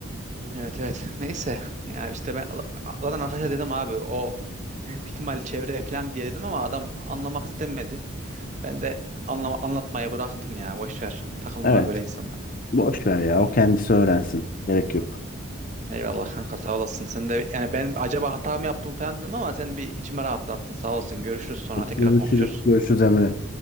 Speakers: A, on the right (about 35°); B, on the left (about 40°).
A: Evet evet. Neyse. Ya işte ben zaten arkadaşa dedim abi o büyük bir ihtimal çevre falan diye dedim ama adam anlamak istemedi. Ben de anlama, anlatmaya bıraktım ya. Boş ver. Takılma
B: Evet.
A: böyle insanlar.
B: Boş ver ya. O kendisi öğrensin. Gerek yok.
A: Eyvallah kanka sağ olasın. Sen de yani ben acaba hata mı yaptım falan dedim ama sen bir içime rahatlattın. Sağ olasın. Görüşürüz sonra tekrar
B: Görüşürüz.
A: konuşuruz.
B: Görüşürüz Emre.